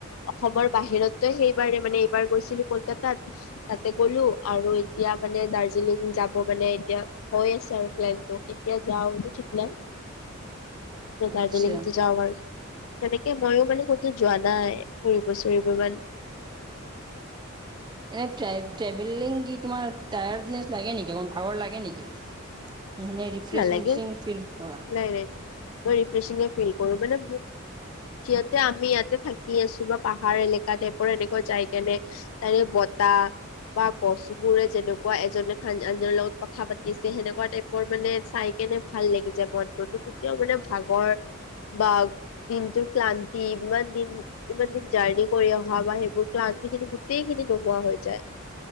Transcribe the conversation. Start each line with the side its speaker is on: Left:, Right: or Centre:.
Left: অসমৰ বাহিৰতে সেইবাৰে মানে এইবাৰ গৈছো। কলকাতাত তাতে গলো আৰু এতিয়া মানে দাৰ্জিলিং যাব মানে এতিয়া হয় চৰপ্লেনটো। এতিয়া যাওঁ বতো ঠিক লাই দাৰ্জিলিংতো
Right: আচ্ছা।
Left: যাওঁ বাৰু। তেনেকে ময়ো মানে কতো যোৱা নাই ফুৰিব চুৰিব ইমান।
Right: এনে ট্ৰেভেলিং কি তোমাৰ টায়াৰ্ডনেছ লাগে নেকি ভাৱাৰ লাগে নেকি? উ নাই ৰিফ্ৰেছি
Left: নালাগে
Right: ফিল পৰা
Left: নাই নাই <unintelligible> ফিল কৰো মানে যিহতে আমি ইয়াতে থাকি আছো বা পাহাৰ এলেকা টাইপৰ এনেকুৱা জায় কেনে তাৰে তা বা গছ বোৰে যেনেকুৱা এজনে আনজনৰ লগত কথা পাতি আছে সেনেকুৱা টাইপৰ মানে চাই কেনে ভাল লাগি যায় মনটোতো তেতিয়াও মানে ভাগৰ বা দিনটোৰ ক্লান্তি ইমান দিন ইমান দিন জাৰ্ণি কৰি অহা বা সেইবোৰ ক্লান্তি খিনি গোটেইখিনি নোহোৱা হৈ যায়।